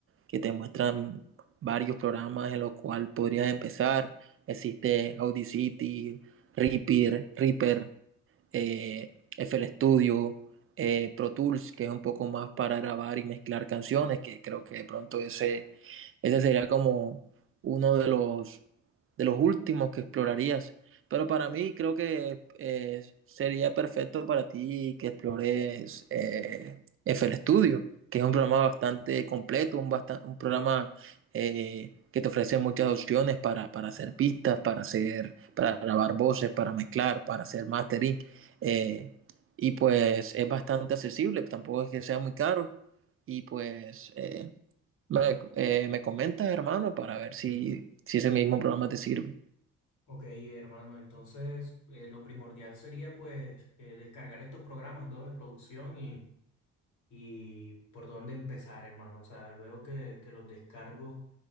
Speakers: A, on the right; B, on the left.
A: que te muestran varios programas en los cuales podrías empezar. Existe Audacity, Reaper, Reaper eh, FL Studio, eh, Pro Tools, que es un poco más para grabar y mezclar canciones, que creo que de pronto ese ese sería como uno de los, de los últimos que explorarías. Pero para mí creo que eh, sería perfecto para ti que explores eh, F l Studio, que es un programa bastante completo, un, basta- un programa eh, que te ofrece muchas opciones para, para hacer pistas, para hacer, para grabar voces, para mezclar, para hacer mastering. eh, y pues es bastante accesible, tampoco es que sea muy caro. Y pues eh, me, eh, me comentas, hermano, para ver si, si ese mismo programa te sirve.
B: Ok, hermano, entonces eh, lo primordial sería pues eh, descargar estos programas, ¿no? de producción y, y por dónde empezar, hermano. O sea, luego que, que los descargo,